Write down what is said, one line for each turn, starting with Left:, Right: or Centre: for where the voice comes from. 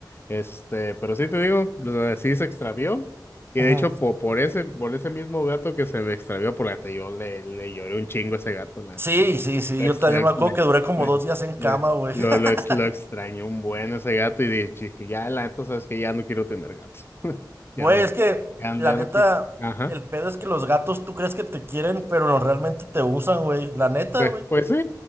Left: Este, pero sí te digo, o sea, sí se extravió. Y
Right: ujú.
Left: de hecho, po- por, ese, por ese mismo gato que se me extravió, por la neta, yo le, le lloré un chingo a ese gato, la neta,
Right: Sí,
Left: sí.
Right: sí, sí,
Left: Lo,
Right: yo
Left: ex-
Right: también
Left: lo, ex-
Right: me acuerdo
Left: le-
Right: que duré como
Left: le-
Right: dos días en cama,
Left: le-
Right: güey.
Left: lo,
Right: <laughs>
Left: lo ex- lo extrañé un buen ese gato y di- dije, ya, la neta, sabes que ya no quiero tener gatos. <laughs> Ya
Right: Güey,
Left: no,
Right: es que
Left: ya,
Right: la
Left: ya
Right: neta,
Left: no quiero. Ajá.
Right: el pedo es que los gatos tú crees que te quieren, pero no realmente te usan, güey. La neta,
Left: Pues,
Right: güey.
Left: pues sí,